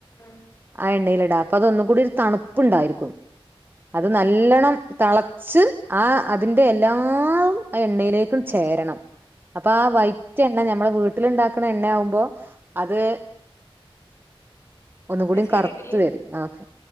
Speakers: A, on the left; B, on the right.
A: ആഹ്
B: ആ എണ്ണേല്ടാ അപ്പത് ഒന്നുകൂടി ഒര് തണുപ്പ്ണ്ടായിരിക്കും അത്
A: ആഹ്
B: ന ല്ലണം
A: ആഹ്
B: തളച്ച് ആ അതിന്റെഎല്ലാം അ എണ്ണയിലേക്കുംചേരണം. അപ്പ ആ വൈറ്റഎണ്ണ നമ്മളെ വീട്ടില്ണ്ടാക്കണ എണ്ണയാവുമ്പോ അത് ഒന്നുകൂടി
A: എന്നാ ശരിട്ടിലി
B: കറുത്ത് വെരും ആഹ്